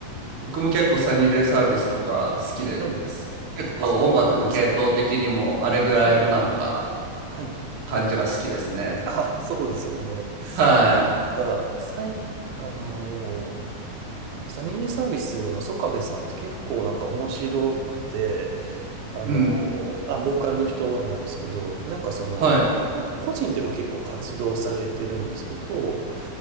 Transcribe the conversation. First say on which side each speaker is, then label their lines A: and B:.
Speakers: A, on the right; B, on the right.
A: 僕も結構サニーデイサービスとか好きです。
B: なんで、はい。
A: 結構音楽の系統的にもあれぐらいのなんか
B: あ、本当ですか。ええ、はい。
A: 感じが好きですね。
B: あ、そうですよね。
A: は
B: そう、なんか、最、あのーサニーデイサービスのソカベさんって結構なんか面白くて、あの、
A: い。うん。
B: あ、ボーカルの人なんですけど、なんかその、
A: はい。
B: こ、個人でも結構活動されてるんですけど、